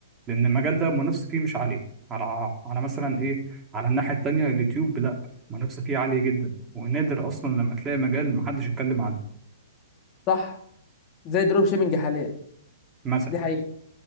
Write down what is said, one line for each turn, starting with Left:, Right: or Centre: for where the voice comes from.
Right: لان المجال ده المنافسه فيه مش عاليه على على مثلا ايه على الناحيه التانيه اليوتيوب لا المنافسه فيه عاليه جدا ونادر اصلا لما تلاقي مجال محدش يتكلم عنه
Left: صح زي دروب شيبنج حاليا
Right: مثلا
Left: دي حقيقه